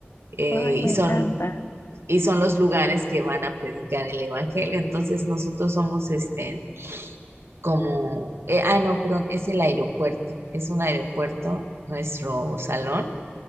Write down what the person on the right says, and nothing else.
eh,
y son...
Y son los lugares que van a predicar el evangelio. Entonces nosotros somos este, como, eh, ah, no, perdón, es el aeropuerto, es un aeropuerto, nuestro salón,